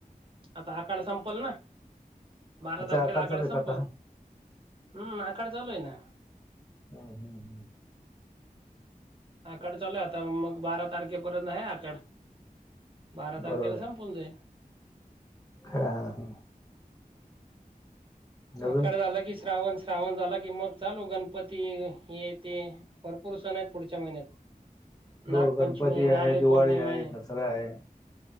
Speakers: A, on the right; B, on the left.
A: आता आखाड संपल ना बारा
B: अच्छा
A: तारखेला
B: आकार चालू
A: आखाड
B: आहे का
A: संपल.
B: आता
A: हम् आखाड चालू हेना.
B: हम्म हम्म हम्.
A: आखाड चालू आहे आता मग बारा तारखेपर्यंत आहे आखाड. बारा तारखेला
B: बरोबर
A: संपवून जाईल.
B: हा हा हा. अजून
A: आखाड झाला की श्रावण श्रावण झाला की मग चालू गणपती हे ते भरपूर सण आहेत पुढच्या महिन्यात. नागपंचमी
B: हो गणपती
A: ये
B: आहे
A: नारळी
B: दिवाळी
A: पौर्णिमा आहे
B: दसरा आहे